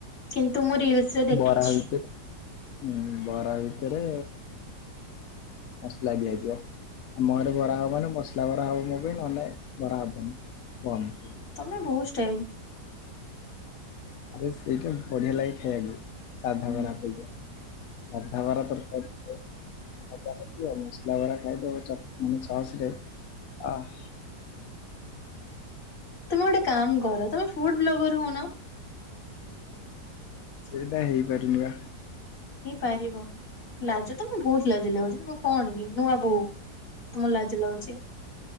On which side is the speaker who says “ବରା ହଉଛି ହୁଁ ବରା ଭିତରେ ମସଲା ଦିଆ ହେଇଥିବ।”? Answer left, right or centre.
Left